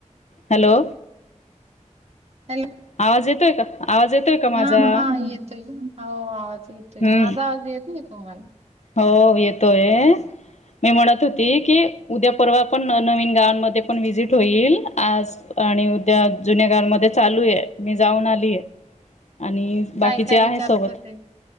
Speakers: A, on the left (about 65°); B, on the right (about 55°).
A: हॅलो
B: हॅलो
A: आवाज येतोय का आवाज येतोय का माझा
B: हा हा येतोय हो आवाज येतोय
A: हम्म
B: माझा आवाज येतो येतो मला
A: हो येतोय मी म्हणत होती की उद्या परवा पण नवीन गावांमध्ये पण व्हिजिट होईल आज आणि उद्या जुन्या गावांमध्ये चालू आहे मी जाऊन आलीय आणि बाकीचे
B: काय काय
A: आहे
B: विचारत
A: सोबत
B: होते